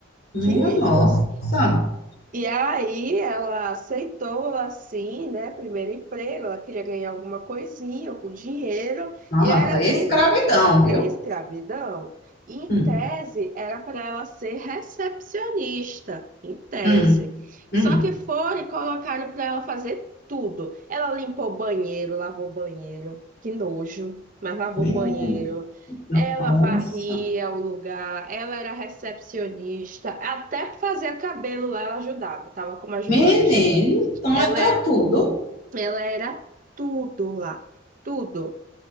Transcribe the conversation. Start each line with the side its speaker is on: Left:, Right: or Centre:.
Left: Minha
Right: quinhentos
Left: nossa!
Right: E aí ela aceitou, assim, né? Primeiro emprego, ela queria ganhar alguma coisinha, algum dinheiro,
Left: Não,
Right: e
Left: mas
Right: era
Left: isso aí é escravidão,
Right: É
Left: viu?
Right: escravidão. Em
Left: Hum,
Right: tese, era para ela ser recepcionista, em tese.
Left: hum,
Right: Só
Left: hum.
Right: que foram e colocaram para ela fazer tudo. Ela limpou banheiro, lavou banheiro, que nojo, mas lavou
Left: Minha
Right: banheiro. Ela
Left: nossa!
Right: varria o lugar, ela era recepcionista, até fazer cabelo lá ela ajudava, estava como ajudante.
Left: Menino, então
Right: Ela,
Left: era
Right: é-
Left: tudo.
Right: ela era tudo lá, tudo.